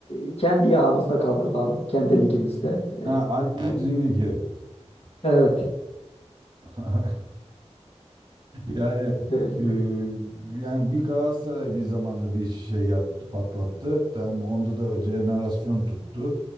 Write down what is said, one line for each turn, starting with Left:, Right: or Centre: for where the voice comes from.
Left: e, kendi yağımızda kavrulalım, kendi ligimizde.
Right: Ha, annemizin
Left: E,
Right: ligi.
Left: Evet.
Right: <laughs> Yani
Left: <laughs> Öyle.
Right: e, yani bir Galatasaray bir zamanda bir şey yaptı, patlattı. Tamam onda da jenerasyon tuttu.